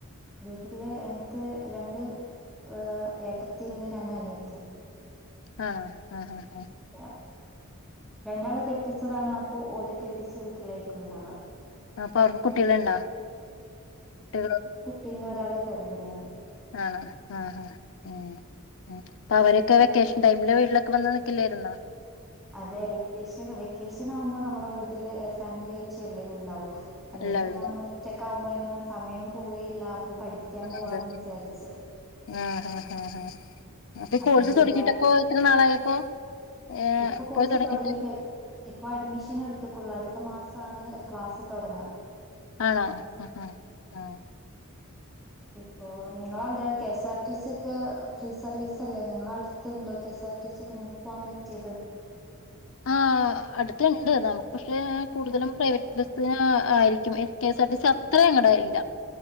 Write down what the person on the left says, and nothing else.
ആഹ് ആഹ് ഹാ ഹാ
അപ്പൊ അവർക്ക് കുട്ടികള്ണ്ടാ? ട്ടികള്
ആണോ ആഹ് ആഹ് ഉം ഉം അപ്പൊ അവരൊക്കെ വെക്കേഷൻ ടൈമില് വീട്ടിലൊക്കെ വന്ന് നിക്കില്ലാര്ന്നോ
എല്ലാരും
അതെ
ആഹ് ആഹ് ആഹ് ആഹ് അപ്പ
കോഴ്സ്
തൊടങ്ങിട്ടപ്പോ എത്ര നാളായപ്പോ ഏഹ്
പോയി തൊടങ്ങീട്ട്
ആണോ ആഹ് ആഹ് ആഹ്
ആഹ് ആഹ് അടുത്തുണ്ട് നമ്മള് പക്ഷെ കൂടുതലും പ്രൈവറ്റ് ബസ് ആഹ് ആയിരിക്കും S K S R T സ അതങ്ങ്ടെ ഇല്ല